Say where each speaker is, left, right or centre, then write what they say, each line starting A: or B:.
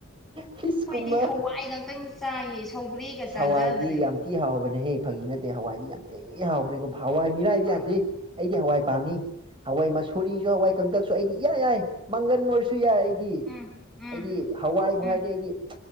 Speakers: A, on the right; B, in the centre.
A: ꯐꯤꯁꯀꯨꯝꯕ
B: ꯑꯩꯈꯣꯏꯗꯤ ꯍꯋꯥꯏꯉꯥꯛꯇꯪ ꯆꯥꯏꯌꯦ ꯁꯧꯒꯔꯤꯒ
A: ꯑꯁ
B: ꯆꯥꯖꯗ꯭ꯔꯦ
A: ꯍꯋꯥꯏꯗꯤ ꯌꯥꯝ ꯊꯤ ꯍꯥꯎꯕꯅꯦꯍꯦ ꯐꯥꯒꯤ ꯅꯠꯇꯦ ꯍꯋꯥꯏꯗꯤ ꯌꯥꯝ ꯊꯤꯅ ꯍꯥꯎꯕꯅꯦꯀꯣ ꯍꯋꯥꯏ ꯃꯤꯔꯥꯏꯕ
B: ꯍꯥꯎꯔꯝ
A: ꯌꯥꯗꯦ ꯑꯩꯗꯤ ꯍꯋꯥꯏ ꯄꯥꯝꯃꯤ ꯍꯋꯥꯏ ꯃꯁꯣꯔꯤꯖꯨ ꯍꯋꯥꯏ ꯀꯪꯇꯛꯁꯨ ꯑꯩꯗꯤ ꯏꯌꯥ ꯌꯥꯏ ꯃꯪꯒꯟ ꯑꯣꯏꯔꯁꯨ ꯌꯥꯏ ꯑꯩꯗꯤ
B: ꯎꯝ ꯎꯝ
A: ꯑꯩꯗꯤ ꯍꯋꯥꯏꯕꯨ
B: ꯎꯝ
A: ꯍꯥꯏꯔꯗꯤ ꯑꯩꯗꯤ